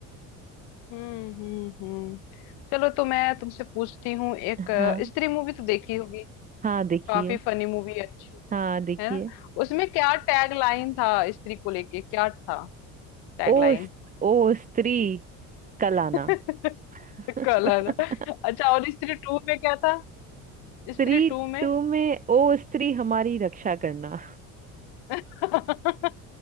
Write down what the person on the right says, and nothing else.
हाँ
हाँ देखिए
हाँ देखिए
ओ
स- ओ स्त्री कल आना
<laughs>
स्त्री
टू में ओ स्त्री हमारी रक्षा करना